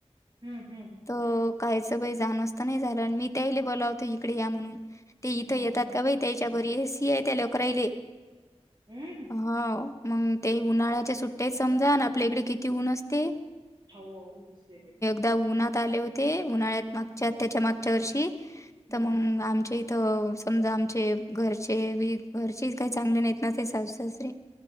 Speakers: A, on the right; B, on the left.
A: हम्म हम्म.
B: तअ कायचं बाइ जाणच त नाही झालं अन मी त्याईले बोलावतें इकडे या म्हणून ते इथं
A: हं
B: येतात
A: हं
B: का बाई त्यायच्या घरी एसीय त्या लेकराईले
A: हम्
B: हाओ मग ते उन्हाळ्याच्या सुट्यायत समजा अन आपल्याकडे किती ऊन असते
A: <inaudible>
B: त्या उन्हात आले होते उन्हाळ्यात मागच्या
A: हं
B: त्याच्या मागच्या वर्षी
A: हं
B: तर मग आमच्या इथं समजा आमचे घरचे बी घरचे काही चांगले नाही. नाते साास सासे.